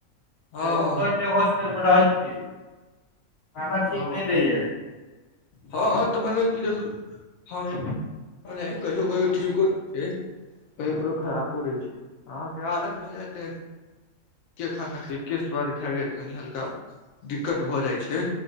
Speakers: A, on the left (about 70°); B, on the left (about 85°).
A: हँ
B: सेहो कहे छै हॉस्टल मे हम रहै छी खाना ठीक
A: हँ
B: नै दैय
A: हँ तऽ भने की देखू हँ मने कहियो कहियो ठीको होय छै कहियो कहियो खरापो रहै छै अहाँके आदत भऽ जायत एक्के खाना खा एक्के स्वाद खा गेल तऽ कनि हल्का दिक्कत भऽ जाइ छै